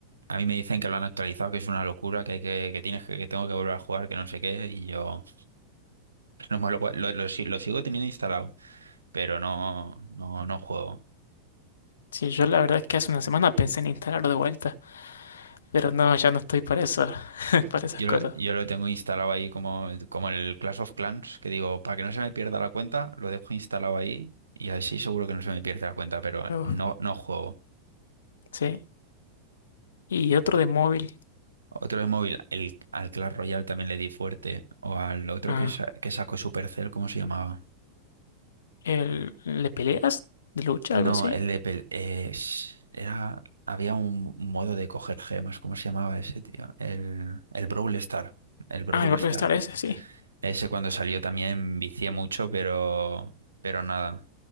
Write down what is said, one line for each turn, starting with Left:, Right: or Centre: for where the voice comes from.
Right: a mí me dicen que lo han actualizado, que es una locura, que, hay que, que tienes que, que tengo que volver a jugar, que no sé qué, y yo <laughs> no me lo, puedo- lo, lo si- lo sigo teniendo instalado, pero no, no, no juego.
Left: Sí, yo la verdad es que hace una semana pensé en instalarlo de vuelta, pero no, ya no estoy para eso, <laughs> para
Right: Yo
Left: esas cosas.
Right: lo, yo lo tengo instalado ahí como, como el Clash of Clans, que digo, para que no se me pierda la cuenta, lo dejo instalado ahí y así seguro que no se me pierde la cuenta, pero
Left: Uf,
Right: no, no juego.
Left: sí. Y otro de móvil,
Right: Otro de móvil, el, al Clash Royale también le di fuerte, o al otro
Left: ah,
Right: que, sa- que sacó Supercell, ¿cómo se llamaba?
Left: el ¿le peleas? ¿De lucha,
Right: No,
Left: algo así?
Right: el de pel- eh, sh- era había un modo de coger gemas, ¿cómo se llamaba ese, tío? El el Brawl Star, el Brawl
Left: Ah, el
Right: Star.
Left: Brawl Stars ese, sí.
Right: Ese cuando salió también vicié mucho, pero pero nada.